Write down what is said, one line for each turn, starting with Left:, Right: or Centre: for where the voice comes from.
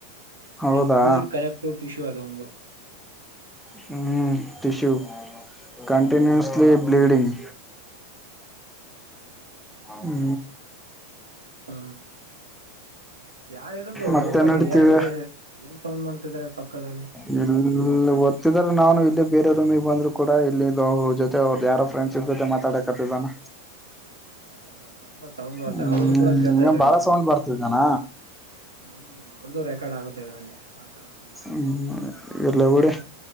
Centre: ಹೌದಾ
Right: ಲಿಕ್ವಿಡ್ ಕನೆಕ್ಟಿವ್ ಟಿಶ್ಯೂ ಅದು ಒಂದು
Centre: ಹ್ಮ್ ಟಶು ಕಂಟಿನ್ಯೂಸ್ಲಿ
Right: ಹ್ಮ್
Centre: ಬ್ಲೀಡಿಂಗ್ ಹೂ
Right: ಹ್ಮ ಯಾರ್ ಹೇಳಡುದು
Centre: ಮತ್ತೆ
Right: ರೂಮ್ ಅಲ್ಲಿ
Centre: ನಡೀತಿದೆ
Right: ಏನ್ ಏನ್ ಸೌಂಡ್ ಮಾಡ್ತಿದಿದ್ದಾರೆ ಪಕ್ಕದಲ್ಲಿ
Centre: ಇಲ್ಲಿ ಓದತಿದಾರ ನಾನು ಇಲ್ಲಿ ಬೇರೆ ರೂಮಿಗೆ ಬಂದ್ರು ಕೂಡ ಇಲ್ಲಿ ಜೊತೆ ಅವ್ದ ಯಾರೋ ಫ್ರೆಂಡ್ಸ್ ಜೊತೆ ಮಾತಾಡಕತಿದ್ದಾನ
Right: ಹೌದಾ ತುಂಬಾ ಸೌಂಡ್ ಬರ್ತಾ
Centre: ಹ್ಮ
Right: ಅವ್ರ್ದು ಕೂಡ ಕೇಳ್ತಾ
Centre: ಈಗ
Right: ಇದ್ರ
Centre: ಬಾಳ
Right: ಇಲ್ಲಿ
Centre: ಸೌಂಡ್ ಬರ್ತವಿಗಾನ
Right: ಹ್ಮ್ ಅವ್ರದ್ದು ರೆಕಾರ್ಡ್ ಆಗುತ್ತೆ ಇದ್ರಲ್ಲಿ ಆತರ ಸೌಂಡ್ ಮಾತಾಡ್ತಾ
Centre: ಹ್ಮ್
Right: ಇರೋದು
Centre: ಇರ್ಲ್ಲ ಊಡ